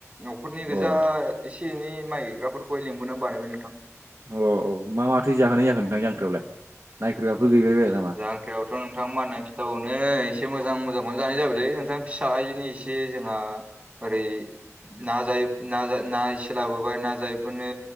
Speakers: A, on the right; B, on the right.
A: न'खरनि गोजा
B: अ
A: एसे एनै माइ गायग्राफोरखौ लेंंबोनानै बानायबाय नोंथां‌
B: अ औ मा माथो जाहोनाय जागोन नोंथां जांख्रायावलाय नायखोग्राफोर गैबाय बाया?
A: जांख्रायाव थ' नोंथां मा होननानै खिन्थाबावनो एसे मोजां मोजांखौनो जानाय जाबायलै नोंथां फिसायैनि एसे जोंहा ओरै ना जायै ना जा ना इसे लाबोबाय ना जायेैफोरनो